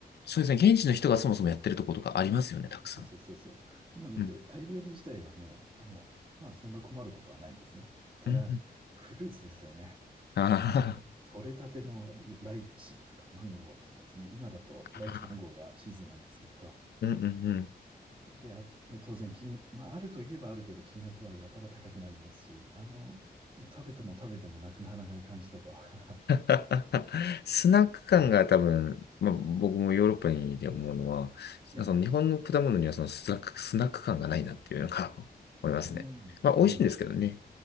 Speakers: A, on the left; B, on the right.
A: そうですね。現地の人がそもそもやってるとことかありますよね、たくさん。
B: そうそうそうそう。なので、
A: うん。
B: タイ料理自体はもう、もう、まあ、そんな困ることはないんですね。ただ、
A: うんうん。
B: フルーツですよね。
A: あ
B: もう、と取れたてのライチとかマンゴーとかですね。今だとライチマンゴーがシーズンなんですけれど、
A: あ。うんうんうん。
B: で、あ、で、当然金、まあ、あるといえばあるけど、金額はやたら高くなりますし、あの、もう食べても食べてもなくならない感じとかは
A: <laughs> スナック感が多分、まあ、僕もヨーロッパにいて思うのは、
B: <laughs> ええ。
A: その日本の果物にはそのスナック、スナック感がないなっていうのが <laughs> 思いますね。
B: うん、
A: まあ、美味しいんですけどね。
B: うん、